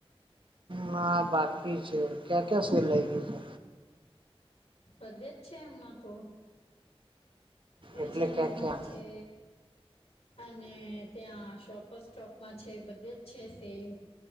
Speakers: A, on the right; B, on the left.
A: ના બાકી છે ક્યા ક્યાં શું લઈ લિઘુ.
B: બધે છે એમના તો. એ
A: એટલે
B: છે ને
A: ક્યાં
B: એમાં
A: ક્યાં
B: છે. અને ત્યાં શોપ સોપમાં છે બધે જ છે સેલ.